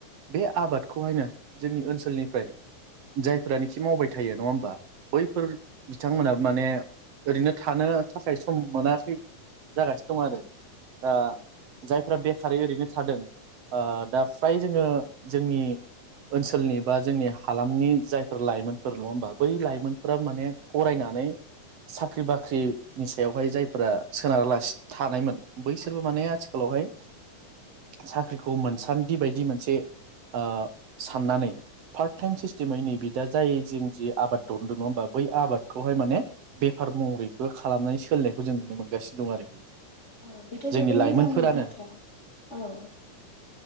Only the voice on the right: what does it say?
बे आबादखौहायनो जोंनि ओनसोलनिफ्राय जायफ्रानोखि मावबाय थायो नङा होमबा। बैफोर बिथां बिथांमोनाबो माने ओरैनो थानो थाखाय सम मोनाखै जागासिनो दं आरो। आ जाय बेखारै ओरैनो थादों ओ दा फ्राय जोङो जोंनि ओनसोलनि बा जोंनि हालामनि जायफोर लाइमोनफोर नङा होमबा बै लाइ मोनफ्राम माने फरायनानै साख्रि बाख्रिनि सायावहाय जायफोरा सोनारालासि थानायमोन बैसोरबो माने आथिखालावहाय साख्रिखौ मोनसान्दि बायदि मोनसे ओ साननानै पार्ट टाइम सिस्टेमै नैब दा जाय जों जि आबाद दोनदों नङा होमबा बै आबादखौहाय माने बेफार महरैबो खालामनानै सोलिनायखौ जों नुनो मोनगासिनो दं आरोखि
जोंनि
लाइमोनफोरानो